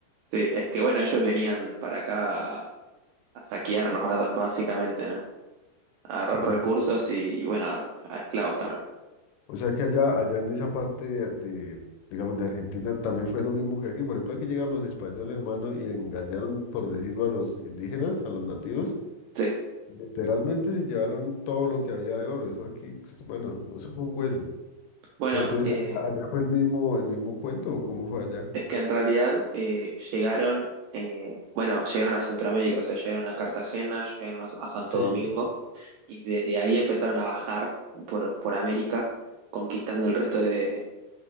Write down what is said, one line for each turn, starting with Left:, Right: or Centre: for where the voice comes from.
Right: Sí, es que bueno, ellos venían para acá a, a saquearnos, ba- básicamente, ¿no? A agarrar
Left: Así que
Right: recursos y, y, bueno, a, a esclavos también.
Left: O sea que allá, allá en esa parte de, de, digamos, de Argentina también fue lo mismo que aquí. Por ejemplo, aquí llegaron los españoles, hermano, y engañaron, por decirlo, a los indígenas, a los nativos.
Right: Sí.
Left: Literalmente se llevaron todo lo que había de oro. Eso aquí, pues, bueno, eso fue un hueso.
Right: Bueno,
Left: Pero entonces,
Right: eh,
Left: allá, allá fue el mismo, el mismo cuento, ¿o ¿cómo fue allá?
Right: Es que en realidad eh, llegaron, eh, bueno, llegaron a Centroamérica, o sea, llegaron a Cartagena, llegaron a, a Santo
Left: Sí.
Right: Domingo y desde ahí empezaron a bajar por, por América, conquistando el resto de,